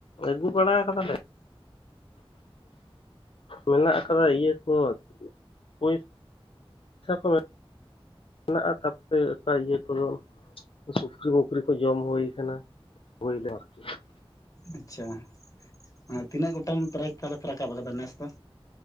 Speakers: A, on the left (about 65°); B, on the left (about 35°).
A: ᱟᱹᱜᱩ ᱵᱟᱲᱟ ᱠᱟᱫᱟᱞᱮ ᱾ ᱢᱮᱱᱟᱜ ᱟᱠᱟᱫᱟ ᱤᱭᱟᱹ ᱠᱚ <unintelligible> <unintelligible> ᱢᱮᱱᱟᱜᱼᱟ ᱛᱟᱯᱚᱛᱮ ᱚᱠᱟ ᱤᱭᱟᱹ ᱠᱚᱫᱚ ᱥᱩᱠᱨᱤᱢᱩᱠᱨᱤ ᱠᱚ ᱡᱚᱢ ᱦᱩᱭ ᱟᱠᱟᱱᱟ ᱾ ᱦᱩᱭᱞᱮᱢ ᱟᱨᱠᱤ
B: ᱟᱪᱪᱷᱟ, ᱮᱸ ᱛᱤᱱᱟᱹᱜ ᱜᱚᱴᱟᱝ ᱯᱨᱟᱭᱤᱡᱽ ᱛᱟᱦᱚᱞᱮ ᱯᱮ ᱨᱟᱠᱟᱵ ᱟᱠᱟᱫᱟ ᱱᱮᱥ ᱫᱚ?